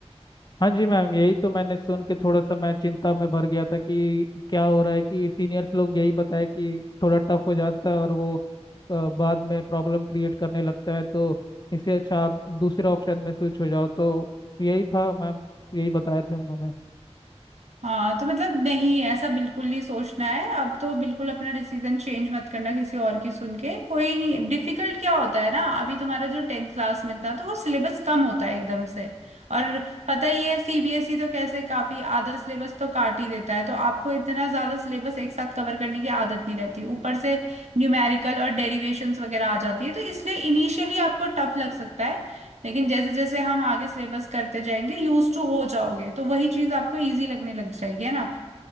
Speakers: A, on the left (about 40°); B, on the right (about 80°).
A: हाँ जी मैम यही तो मैंने सुन के थोड़ा सा मैं चिंता में भर गया था कि क्या हो रहा है कि सीनियर्स लोग यही बताया कि थोड़ा टफ हो जाता है और वो अ, बाद में प्रॉब्लम क्रिएट करने लगता है तो इससे अच्छा आप दूसरे ऑप्शन में स्विच हो जाओ तो यही था मैम यही बताए थे उन्होंने
B: हाँ तो मतलब नहीं ऐसा बिल्कुल नहीं सोचना है अब तो बिल्कुल अपना डिसीजन चेंज मत करना किसी और की सुन के कोई नहीं डिफिकल्ट क्या होता है ना अभी तुम्हारा जो टेंथ क्लास में था तो वो सिलेबस कम होता है एकदम से और पता ही है सीबीएसई तो कैसे काफी आधा सिलेबस तो काट ही देता है तो आपको इतना ज्यादा सिलेबस एक साथ कवर करने की आदत नहीं रहती ऊपर से न्यूमेरिकल और डेरिवेशंस वगैरह आ जाती है तो इसलिए इनिशियली आपको टफ लग सकता है लेकिन जैसे जैसे हम आगे सिलेबस करते जाएंगे यूज टू हो जाओगे तो वही चीज आपको इजी लगने लग जाएगी है ना